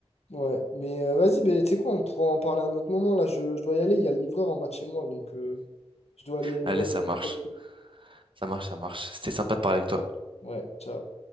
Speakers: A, on the left; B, on the right.
A: ouais. Mais euh, vas-y, ben, tu sais quoi, on pourra en parler à un autre moment. Là, je, je dois y aller. Il y a le livreur en bas de chez moi, donc euh, je dois aller,
B: Allez,
A: je dois aller.
B: ça marche, ça marche, ça marche. C'était sympa de parler avec toi.
A: Ouais, ciao.